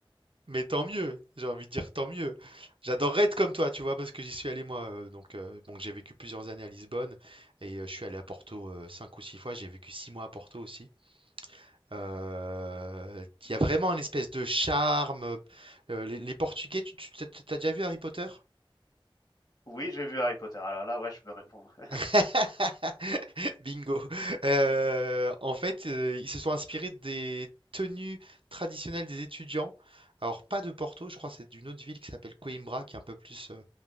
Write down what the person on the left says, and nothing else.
Oui, j'ai vu Harry Potter. Alors là, ouais, je peux répondre. <laughs>